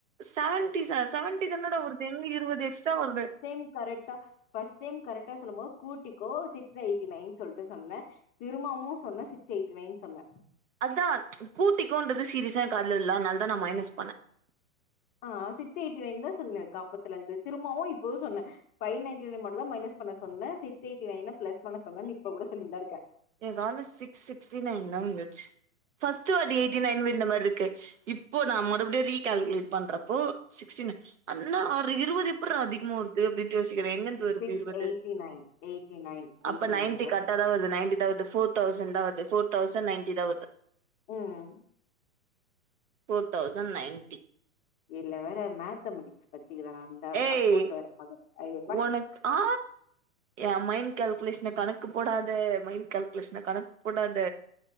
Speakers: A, on the right; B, on the left.
A: செவன்டி சார் செவன்டி தன்னடாட வருது எங்க இருபது எக்ஸ்ட்ரா வருது
B: சேம் கரெட்டா ஃபஸ்ர்ட் டைம் கரெக்டா சொல்லும்போ கூட்டிக்கோ சிக்ஸ் எயிட்டி நைன்னு சொல்லிட்டு சொன்னே திரும்பமும் சொன்னே சிக்ஸ் எயிட்டி நைன் சொன்னே
A: அதா கூட்டிக்கோன்றது சீரியஸா எ காதுல விழுல அதனால தா நா மைனஸ் பண்ணே
B: ஆ சிக்ஸ் எயிட்டி நைன் தா சொன்னிருக்கு அப்பத்துல இருந்து திரும்பவு இப்போவு சொன்னே பைவ் நைன்டி நைன் மட்டும்தா மைனஸ் பண்ண சொன்னே சிகஸ் எயிட்டி நைன பிளஸ் பண்ண சொன்னனு இப்ப கூட சொல்லினுதா இருக்கே
A: எங்க ஆன சிக்ஸ் சிக்ஸ்டி நைன் தா வந்துருச்சு ஃபர்ஸ்ட் வாட்டி எயிட்டி நைன் விழுந்த மாரி இருக்கு இப் இப்போ நா மறுபடியே ரீகல்குலேட் பண்றப்போறப்ப சிக்ஸ்டீனு இன்னு ஒரு இருவது அப்புற அதிகமா வருது அப்டின்னுட்டு யோசிக்கிற எங்கிருந்து வருது
B: சிக்ஸ்
A: இருபது
B: எயிட்டி நைன் எயிட்டி நைன் எயிட்டி
A: அப்ப நைன்டி
B: நைன்
A: கரெக்ட்
B: சொன்ன
A: தா வருது நைன்டி தா வருது போர் தௌசண்ட் தா வருது போர் தௌசண்ட் நைன்ட்டி தா வருது
B: ம்
A: ஃபேர் தௌசண்ட் நைன்டி
B: இதுல வேற மேத்தமெட்டிக்ஸ் படிச்சிருக்காவனா இருந்தா
A: ஏய்
B: அக்கௌண்ட் வேற பாக்கணு ஐயோ பே
A: உனக்கு ஆ எ மைண்ட் கால்குலேஷன கணக்கு போடாத மைண்ட் கால்குலேஷன கணக்கு போடாத